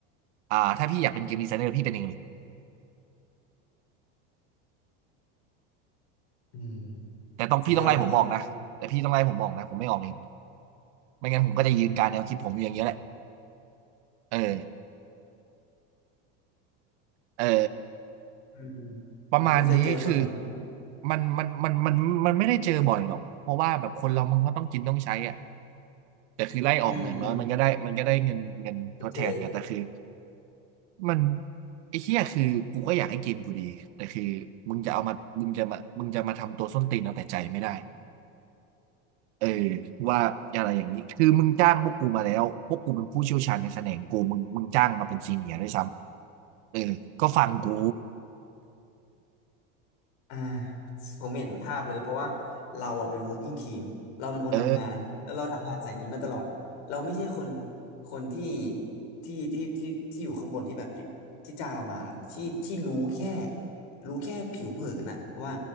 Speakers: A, on the right; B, on the left.
A: อ่าถ้าพี่อยากเป็นเกมดีไซเนอร์พี่เป็นเองเลย
B: <laughs> อืม
A: แต่ต้องพี่ต้องไล่ผมบอกนะแต่พี่ต้องไล่ผมบอกนะผมไม่ออกเอง
B: สุดยอดพี่
A: ไม่งั้นผมก็จะยืนการแนวคิดผมอยู่อย่างเงี้ยแหละเออเออ
B: อืม
A: ประมาณนี้คือ
B: ผมเพิ่งเคยเจอคนแบบนี้
A: มันมันมันมันมันไม่ได้เจอบ่อยหรอกเพราะว่าแบบคนเรามันก็ต้องกินต้องใช้อ่ะแต่คือไล่ออกมาอย่างน้อยมันก็ได้มันก็ได้เงินเงินทดแทนไงแต่คือ
B: อืมอืมเจอ
A: มันไอ้เหี้ยคือกูก็อยากให้เกมกูดีแต่คือมึงจะเอามามึงจะมามึงจะมาทำตัวส้นตีนเอาแต่ใจไม่ได้เออว่าอะไรอย่างนี้คือมึงจ้างพวกกูมาแล้วพวกกูเป็นผู้เชี่ยวชาญในแสดงกูมึงมึงจ้างมาเป็นซีเนียร์ด้วยซ้ำเออก็ฟังกู
B: อ่าผมเห็นภาพเลยเพราะว่าเราอ่ะเป็น working team เราเป็นคนทำงานแล้วเราทำงานสายนี้มาตลอดเราไม่ใช่คน
A: เออ
B: คนที่ที่ที่ที่ที่อยู่ข้างบนที่แบบที่ที่จ้างเรามาที่ที่รู้แค่รู้แค่ผิวเผินอะว่า